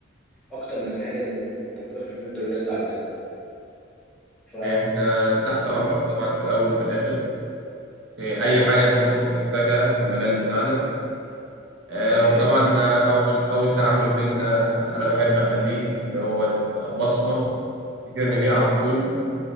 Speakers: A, in the centre; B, on the right.
A: أكتر من الحاجة الموجودة في الفندور ليست عندنا ف
B: إحنا تحت أمرك طبعا في الأول وفي الآخر في
A: تسلم
B: أي حاجة أنت ممكن تحتاجها في المجال بتاعنا آه،
A: تمام
B: وطبعا آه، أول أول تعامل بينا أنا بحب أخليه اللي هو تبقى بصمة تفتكرني بيها على طول